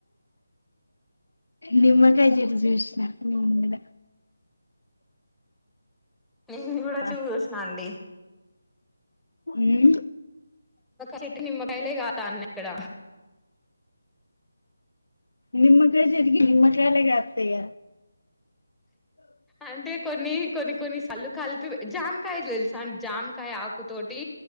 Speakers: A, on the left; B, in the centre.
A: నిమ్మకై చెట్టు జూసిన నేన్ కూడ
B: నేను కూడా
A: ఆ
B: చూసిన అండి
A: ఉమ్
B: చెట్టు నిమ్మ కైలే కాదా అన్న ఇక్కడ
A: నిమ్మకై చెట్టు కి నిమ్మకయ్లె కాస్తాయ
B: అంటే కొన్ని కొన్ని కొన్ని సల్లు కలిపి జామకాయ తెలుసా అం జామకాయ ఆకుతోటి